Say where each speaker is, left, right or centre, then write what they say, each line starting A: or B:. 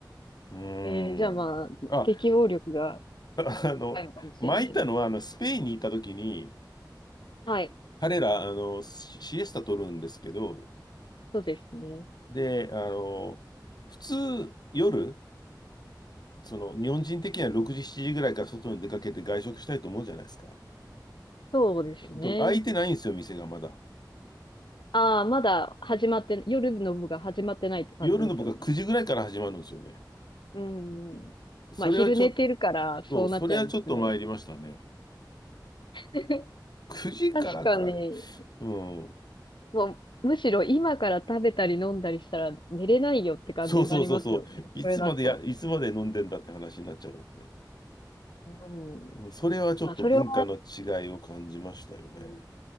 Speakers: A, on the left (about 60°); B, on the left (about 85°).
A: うーん。
B: えー、じゃあまあ、
A: あ、
B: 適応力が
A: <laughs> あの、
B: 高いのかもしれないです。
A: 前行ったのは、あの、スペインに行った時に、
B: はい。
A: 彼ら、あの、シシエスタ取るんですけど、
B: そうですね。
A: で、あの、普通、夜、その日本人的には6時、7時ぐらいから外に出かけて外食したいと思うじゃないですか。
B: そうですね。
A: と開いてないんですよ、店がまだ。
B: ああ、まだ始まって、夜の部が始まってないって感じですよね。
A: 夜の僕は9時ぐらいから始まるんですよね。
B: うん。
A: それはちょっ
B: まあ、昼寝てるから、そうなっちゃいますね。
A: と、それはちょっと参りましたね。
B: <laughs>
A: 9時からかい。
B: 確かに、
A: うん。
B: もう、むしろ今から食べたり飲んだりしたら寝れないよって感じになりますよね。
A: そうそうそうそう。いつまでや、
B: それだと。
A: いつまで飲んでんだって話になっちゃうんで。
B: うん。
A: それはちょっと文化の違いを感じましたよね。
B: まあ、それは、うん、